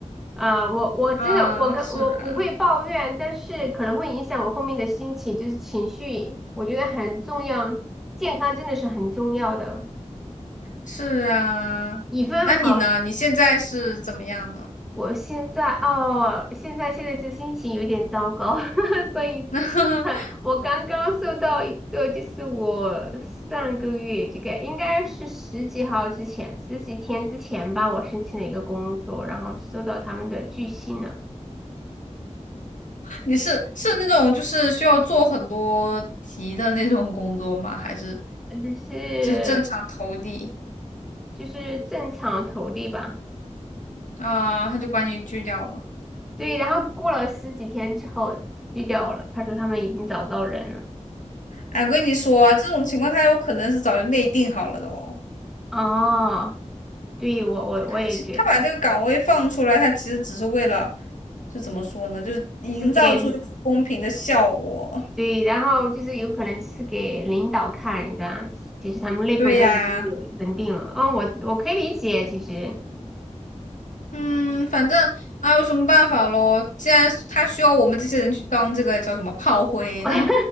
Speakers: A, in the centre; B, on the left.
A: 啊、我我真的我跟我不会抱怨，
B: 啊，是啊，
A: 但是可能会影响我后面的心情，就是情绪，我觉得很重要，健康真的是很重要的。
B: 是啊，
A: 一份好
B: 嗯，那你呢？你现在是怎么样呢？
A: 我现在哦，现在现在这心情有点糟糕。<laughs> 关于
B: <laughs>
A: <laughs> 我刚刚收到一个，就是我上个月这个应该是十几号之前，十几天之前吧，我申请了一个工作，然后收到他们的拒信了，
B: 你是是那种就是需要做很多题的那种工作吗？还是
A: 呃就是
B: 就是正常投递
A: 就是正常投递吧。
B: 啊，他就把你拒掉了？
A: 对，然后过了十几天之后拒掉我了，他说他们已经找到人了。
B: 哎，我跟你说啊，这种情况他有可能是早就内定好了的哦。
A: 哦，对，我我我也觉得，
B: 他其他把这个岗位放出来，他其实只是为了就怎么说呢，就是营造出一种公平的效果。
A: 就是给。对，然后就是有可能是给领导看这样子，其实他们内部都已经有人定了。
B: 对呀，
A: 哦，我我可以理解，其实，
B: 嗯，反正啊，有什么办法咯？既然是他需要我们这些人去当这个叫什么炮灰，
A: <laughs>
B: 那么